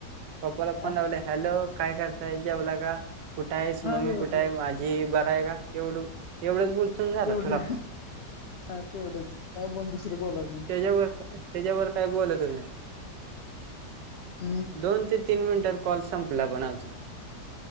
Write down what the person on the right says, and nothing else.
पप्पाला
फोन लावले हॅलो काय करताय. जेवला का? कुठं आहेस
मम्मी
कुठे आहे. माझी बर आहे का एवढं एवढंच बोलतून झाला
ठेवला फोन -
त्यांच्यावर त्यांच्यावर काय बोलतच नाही.
दोन ते तीन मिनिटात कॉल संपला पण आम्हचा